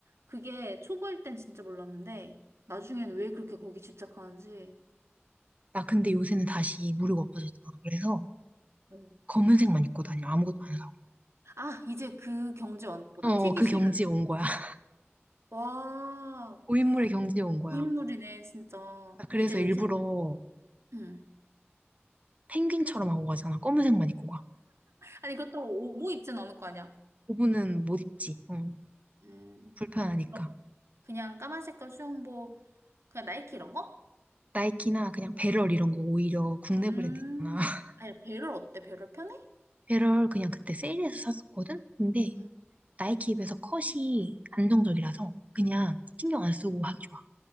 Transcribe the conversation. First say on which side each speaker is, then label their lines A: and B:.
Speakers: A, on the right; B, on the right.
A: 그게 초보일 땐 진짜 몰랐는데 나중엔 왜 그렇게 거기 집착하는지.
B: 나 근데 요새는 다시 무료가 없어졌잖아. 그래서
A: 응.
B: 검은색만 입고 다녀. 아무것도 안 사고.
A: 아, 이제 그 경제 완납보다
B: 어, 어,
A: 튀기
B: 어, 그
A: 싫은.
B: 경지에 온 거야. <laughs>
A: 어? 와,
B: 고인물의
A: 그
B: 경지에 온 거야.
A: 고인물이네, 진짜.
B: 나 그래서
A: 그럼 이제 요새
B: 일부러
A: 응.
B: 펭귄처럼 하고 가잖아. 검은색만 입고 가.
A: 아니, 그렇다고 오보 입진 않을 거 아니야.
B: 고분은 못 입지. 어,
A: 음,
B: 불편하니까.
A: 그럼 그냥 까만 색깔 수영복, 그냥 나이키 이런 거?
B: 나이키나 그냥 배럴 이런 거 오히려 국내
A: 음.
B: 브랜드 있잖아. <laughs>
A: 아니, 배럴 어때? 배럴 편해?
B: 배럴 그냥 그때 세일해서 샀었거든? 근데
A: 음.
B: 나이키 앱에서 컷이 안정적이라서 그냥 신경 안 쓰고 하기 좋아.